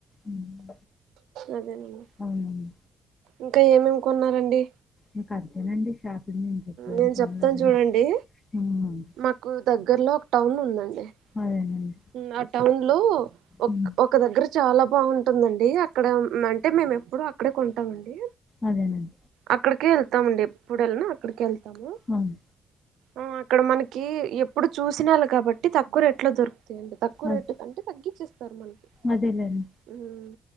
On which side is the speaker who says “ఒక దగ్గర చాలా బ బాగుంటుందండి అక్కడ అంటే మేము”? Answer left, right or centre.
Right